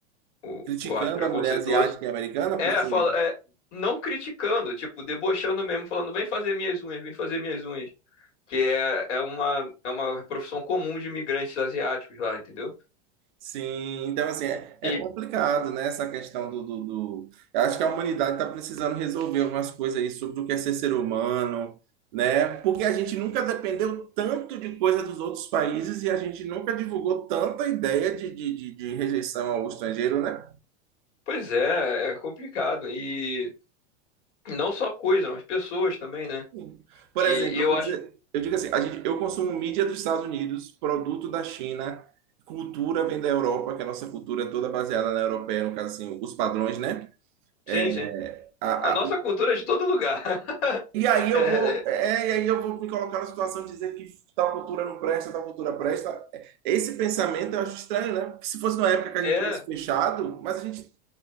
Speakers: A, on the left; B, on the right.
A: o,
B: Criticando
A: o ato preconceituoso.
B: a mulher asiática e americana
A: É,
B: por ser.
A: fala, é, não criticando, tipo, debochando mesmo, falando, vem fazer minhas unhas, vem fazer minhas unhas. Que é, é uma, é uma profissão comum de imigrantes asiáticos lá, entendeu?
B: Sim, então assim, é, é
A: E,
B: complicado, né? Essa questão do, do, do- Eu acho que a humanidade está precisando resolver algumas coisas aí sobre o que é ser ser humano, né? Porque a gente nunca dependeu tanto de coisa dos outros países e a gente nunca divulgou tanta ideia de, de, de, de rejeição ao estrangeiro, né?
A: pois é, é complicado. E não só coisa, mas pessoas também, né?
B: Sim. Por
A: E,
B: exemplo,
A: e eu
B: eu vou
A: acho,
B: dizer, eu digo assim, a gente, eu consumo mídia dos Estados Unidos, produto da China, cultura vem da Europa, que a nossa cultura é toda baseada na europeia, no caso assim, os padrões, né?
A: sim,
B: É,
A: sim.
B: A-
A: A nossa
B: a-
A: cultura é de todo lugar. <laughs>
B: e aí eu
A: É,
B: vou, é, e aí eu vou me colocar na situação de dizer que tal cultura não presta, tal cultura presta. Esse pensamento eu acho estranho, né? Porque se fosse numa época que a
A: é,
B: gente tivesse fechado, mas a gente